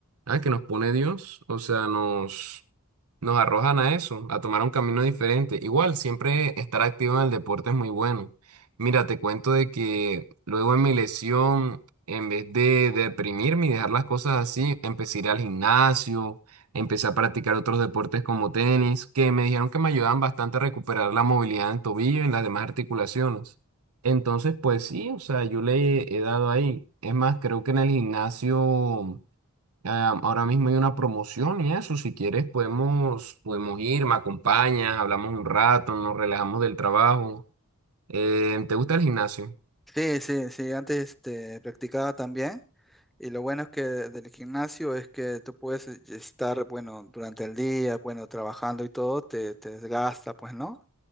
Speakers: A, on the right; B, in the centre.
A: ah, que nos pone Dios, o sea, nos nos arrojan a eso, a tomar un camino diferente. Igual, siempre estar activo en el deporte es muy bueno. Mira, te cuento de que luego en mi lesión, en vez de deprimirme y dejar las cosas así, empecé a ir al gimnasio, empecé a practicar otros deportes como tenis, que me dijeron que me ayudaban bastante a recuperar la movilidad en tobillo y en las demás articulaciones. Entonces, pues sí, o sea, yo le he dado ahí. Es más, creo que en el gimnasio... Ah, ahora mismo hay una promoción y eso, si quieres podemos, podemos ir, me acompañas, hablamos un rato, nos relajamos del trabajo. Eh, ¿te gusta el gimnasio?
B: Sí, sí, sí, antes este, practicaba también y lo bueno es que del gimnasio es que tú puedes estar, bueno, durante el día, bueno, trabajando y todo, te, te desgasta, pues, ¿no?